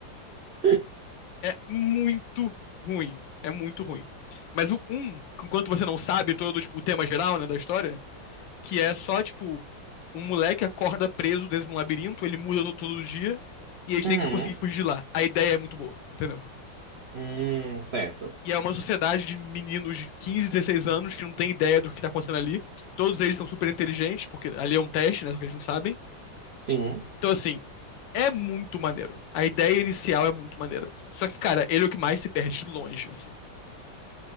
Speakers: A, on the right; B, on the left.
A: <laughs>
B: é muito ruim. É muito ruim. Mas o um, enquanto você não sabe todo tipo, o tema geral, né, da história, que é só, tipo, um moleque acorda preso dentro de um labirinto, ele muda todo, todo dia, e eles
A: Uhum.
B: têm que conseguir fugir de lá. A ideia é muito boa, entendeu?
A: Hum, certo.
B: E é uma sociedade de meninos de 15, 16 anos que não tem ideia do que tá acontecendo ali. Todos eles são super inteligentes, porque ali é um teste, né, porque eles não sabem.
A: Sim.
B: Então, assim, é muito maneiro. A ideia inicial é muito maneira. Só que, cara, ele é o que mais se perde de longe, assim.